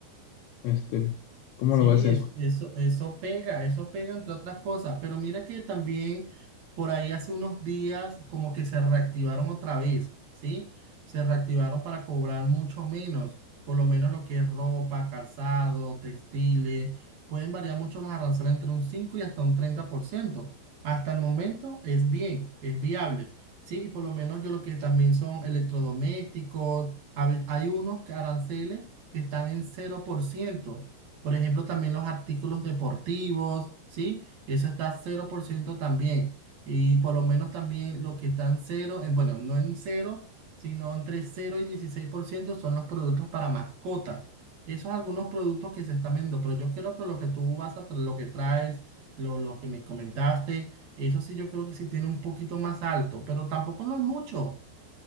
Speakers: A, on the left; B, on the right.
A: Este, ¿cómo
B: Sí,
A: lo ves eso?
B: es- eso, eso pega, eso pega entre otras cosas, pero mira que también por ahí hace unos días como que se reactivaron otra vez, ¿sí? Se reactivaron para cobrar mucho menos, por lo menos lo que es ropa, calzado, textiles, pueden variar mucho los aranceles entre un 5 y hasta un treinta por ciento Hasta el momento es bien, es viable, ¿sí? Y por lo menos yo lo que también son electrodomésticos, a ve- hay unos que aranceles que están en cero por ciento por ejemplo, también los artículos deportivos, ¿sí? Eso está cero por ciento también. Y por lo menos también lo que está en cero, en- bueno, no en cero, sino entre cero y 16% son los productos para mascota. Esos algunos productos que se están vendiendo, pero yo creo que lo que tú vas a, tra- lo que traes, lo, lo que me comentaste, eso sí yo creo que sí tiene un poquito más alto, pero tampoco no es mucho.